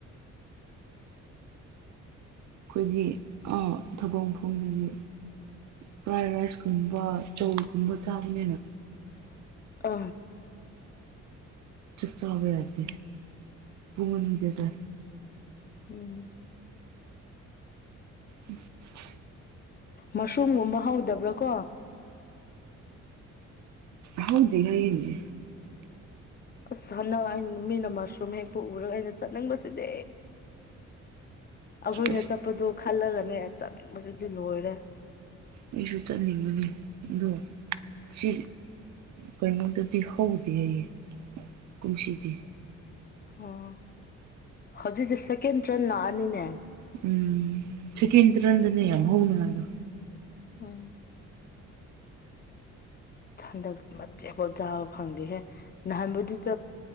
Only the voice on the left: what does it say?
ꯑ
ꯎꯝ
ꯃꯁꯨꯝꯒꯨꯝꯕ ꯍꯧꯗꯕ꯭ꯔꯥ ꯀꯣ
ꯑꯁ ꯍꯅ ꯑ ꯃꯤꯅ ꯃꯁꯔꯨꯝ ꯍꯦꯛ ꯄꯨ ꯎꯔꯒ ꯑꯩꯅ ꯆꯠꯅꯤꯡꯕꯁꯤꯗꯤ ꯑꯩꯈꯣꯏꯅ
ꯆꯠꯄꯗꯣ ꯈꯜꯂꯒꯅꯦ ꯆꯠꯅꯤꯡꯕꯕꯁꯤꯗꯤ ꯂꯣꯏꯔꯦ
ꯑꯣ ꯍꯧꯖꯤꯛꯁꯦ ꯁꯦꯀꯦꯟ ꯇ꯭ꯔꯦꯟ ꯂꯥꯛꯑꯅꯤꯅꯦ
ꯎꯝ ꯍꯟꯗꯛ ꯃꯆꯦꯠ ꯄꯣꯠ ꯆꯥꯕ ꯐꯪꯗꯦꯍꯦ ꯅꯍꯥꯟꯕꯨꯗꯤ